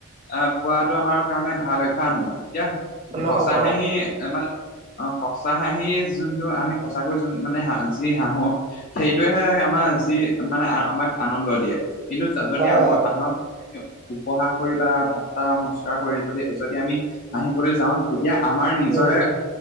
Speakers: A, on the left; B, on the right.
A: আঁ পোৱাটো আমাৰ কাৰণে, ভাল অভ্যাস নহয়। এতিয়া,
B: নহ'ব।
A: সঁচা হাঁহি মানে, অ'! সঁচা হাঁহি যোনটো, আমি সঁচাকৈ যোন, মানে, যি হাঁহো! সেইটোৱেহে, আমাৰ যি, মানে, আমাক আনন্দ দিয়ে। কিন্তু, যদি
B: হয়,
A: আমাক
B: হয়,
A: আনক উপহাস কৰি বা ঠাট্টা, নমস্কাৰ কৰি যদি, আমি হাঁহিবলৈ যাওঁ! তেতিয়া, আমাৰ নিজৰে,
B: উম,